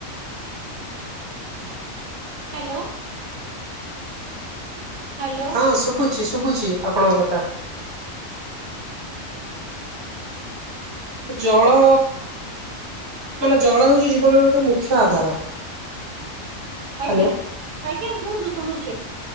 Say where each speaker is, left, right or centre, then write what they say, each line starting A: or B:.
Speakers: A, on the right; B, on the right.
A: ହାଲୋ। ହାଲୋ।
B: ହଁ ଶୁଭୁଛି ଶୁଭୁଛି ଆପଣଙ୍କ କଥା ଜଳ ମାନେ ଜଳ ହଉଚି ଜୀବନର ଗୋଟେ ମୁଖ୍ୟ ଆଧାର।
A: ଆଜ୍ଞା
B: ହ୍ୟାଲୋ
A: -ଆଜ୍ଞା କୁହନ୍ତୁ ଶୁଣୁଚି।